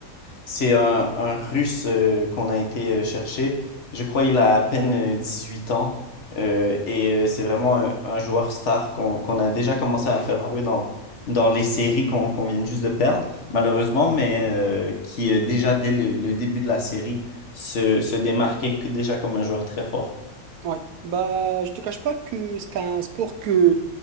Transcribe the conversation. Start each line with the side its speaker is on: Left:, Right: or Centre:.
Left: C'est un, un Russe euh, qu'on a été euh, chercher. Je crois qu'il a à peine euh, 18 ans. euh, et euh, c'est vraiment un, un joueur star qu'on qu'on a déjà commencé à faire jouer dans, dans les séries qu'on qu'on vient juste de perdre, malheureusement, mais euh, qui euh, déjà dès le, le début de la série se, se démarquait déjà comme un joueur très fort.
Right: Ouais. Bah, je te cache pas que c'est un sport que,